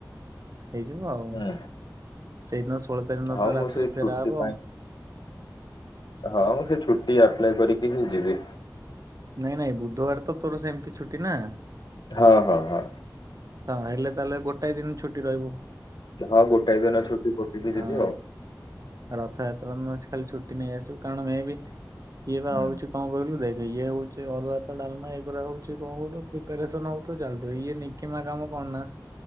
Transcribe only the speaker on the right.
ହେଇଯିବ ଆଉ
ସେଇଦିନ ଷୋହଳ ତାରିଖ ନ
ତ
ରାତିରେ
ଫେରା ହବ
ଆଉ।
ନାଇଁ ନାଇଁ ବୁଧବାର ତ ତୋର ସେମିତି ଛୁଟି ନା।
ହଁ ହେଲେ ତାହେଲେ ଗୋଟାଏ ଦିନ ଛୁଟି ରହିବ।
ହଁ
ରଥଯାତ୍ରା ନ ଅଛି ଖାଲି ଛୁଟି ନେଇ ଆସିବୁ କାରଣ ମେ ବି- ଇଏ ପା
ହଉଛି କଣ କହିଲୁ ଦେଖ ଇଏ ହଉଛି ସେ ଅରୁଆ ଭାତ ଡାଲମା ଏ କରା ହଉଛି କଣ କହିଲୁ ପ୍ରିପାରେସନ ହଉଥିବ ଚାଲିଥିବ ଇଏ ନେଇକି କିମା କାମ କଣ ନା?